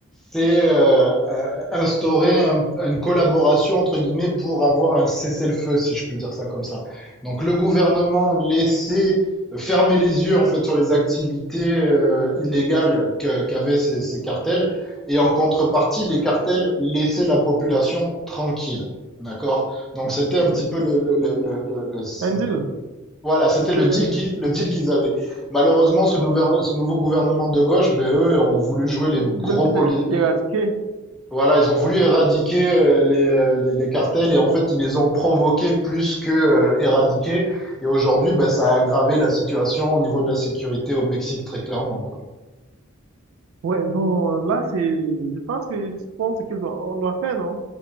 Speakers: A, in the centre; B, on the right (about 80°).
A: c'est euh, euh, instaurer un- une collaboration entre guillemets pour avoir un cessez-le-feu, si je peux dire ça comme ça. Donc le gouvernement laissait euh, fermer les yeux en fait sur les activités euh, illégales que- qu'avaient ces, ces cartels et en contrepartie les cartels laissaient la population tranquille. D'accord? Donc c'était un
B: Oui.
A: petit peu le, le, le, le, le- le-
B: Un deal,
A: voilà, c'était
B: c'était,
A: le deal qui, le deal qu'ils avaient. Malheureusement, ce
B: ouais.
A: nouveau, ce nouveau gouvernement de gauche, ben eux ont voulu jouer les
B: ils
A: gros
B: veulent peut-être
A: poli-
B: éradiquer.
A: voilà, ils ont voulu éradiquer euh, les, euh, les, les cartels et en fait, ils les ont provoqués plus que euh, éradiqués. Et aujourd'hui, ben, ça a aggravé la situation au niveau de la sécurité au Mexique, très clairement, quoi.
B: Ouais, bon, là, c'est, je pense que, je pense qu'il doit, on doit faire, non?